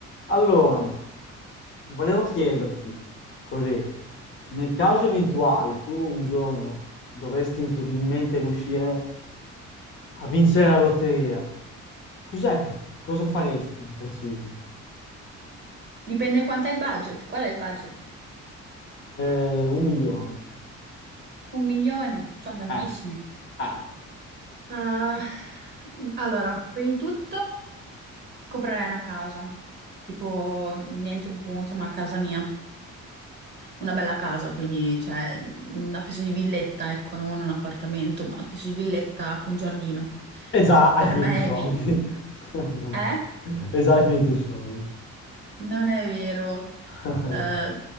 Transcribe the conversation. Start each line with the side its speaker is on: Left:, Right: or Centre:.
Left: Allora, volevo chiederti, così, nel caso eventuale tu un giorno dovresti incredibilmente riuscire a vincere la lotteria, cos'è che- cosa faresti di preciso?
Right: Dipende quanto è il budget. Qual è il budget?
Left: Eh, un milione.
Right: Un milione, sono tantissimi.
Left: Eh, eh.
Right: Ah, allora, prima di tutto comprerei una casa, tipo niente mutuo, ma casa mia. Una bella casa, quindi cioè, una specie di villetta, ecco, non un appartamento, ma una specie di villetta con giardino.
Left: E già hai
Right: Per
Left: finito
Right: me
Left: i soldi.
Right: è meglio.
Left: <laughs>
Right: Eh?
Left: E già hai finito i soldi.
Right: Non è vero.
Left: <laughs>
Right: Eh,